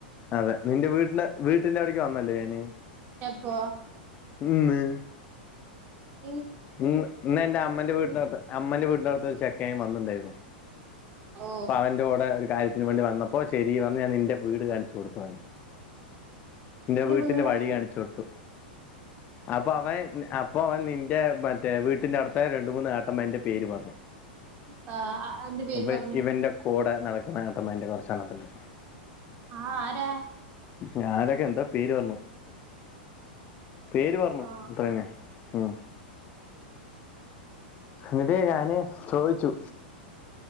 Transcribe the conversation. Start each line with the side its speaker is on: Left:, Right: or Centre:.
Left: അതെ നിന്റെ വീട്ടിന്റെ വീട്ടിന്റെ അവിടേക്ക് വന്നല്ലേ ഞാന്
Right: എപ്പ
Left: ഇന്ന്
Right: ഉം
Left: ഇ ഇന്ന് എന്റെ അമ്മന്റെ വീട്ടിനടുത്ത് അമ്മന്റെ വീട്ടിനടുത്ത് ഒരു ചെക്കായയും വന്നിണ്ടായിരുന്നു
Right: ഓ
Left: അപ്പൊ അവന്റെ കൂടെ ഒരു കാര്യത്തിന് വേണ്ടി വന്ന പ്പൊ ശരിന്ന് പറഞ്ഞ് ഞാൻ നിന്റെ വീട് കാണിച്ചു കൊടുത്തു നിന്റെ
Right: എന്റെ
Left: വീട്ടിന്റെ
Right: വീട്
Left: വഴി കാണിച്ചു കൊടുത്തു അപ്പൊ അവൻ അപ്പൊ അവൻ നിന്റെ മ റ്റേ വീട്ടിന്റെ അടുത്തത്തെ രണ്ടു മൂന്ന് എട്ടമ്മാരന്റെ പേര് പറഞ്ഞു
Right: ആ ആ എന്ത് പേര്
Left: അപ്പ
Right: പറഞ്ഞു
Left: ഇവന്റക്കെ കൂടെ നടക്കുന്ന ഏട്ടൻ്റെ അതിന്റെ കുറച്ചെണ്ണത്തിൻ്റെ
Right: ആ ആരാ
Left: ഞാനൊക്കെ എന്തോ പേര് പറഞ്ഞു പേര് പറഞ്ഞു
Right: ഓ
Left: അത്രേന്നെ ഉം എന്നിട്ടേ ഞാന് ചോദിച്ചു